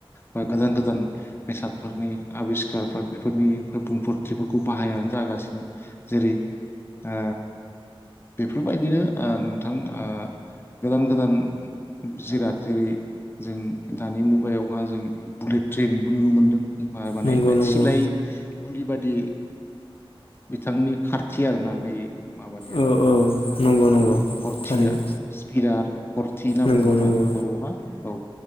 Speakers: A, on the left; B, on the left.
A: बा गोदान गोदान बेसादफोरनि आबिस्कारफ्रा बेफोरनि बुंफोरथिफोरखौ बाहायनानो जागासिनो जेरै ओ बेफोरबायदिनो ओ नोंथां ओ गोदान गोदान जिराद जेरै जों दानि मुगायावहा जों बुलेट ट्रेनबो नुनो मोनदों। बा माने
B: नंगौ नंगौ
A: सिलाय गुलि बादि। बिथांनि खारथि आरो ना बे माबानिया
B: औ औ नंगौ नंगौ
A: औ खरथिया
B: थारैनो
A: स्पिडा आरो खरथि होनना
B: नंगौ
A: बुङो नामा
B: नंगौ
A: बर'हा औ।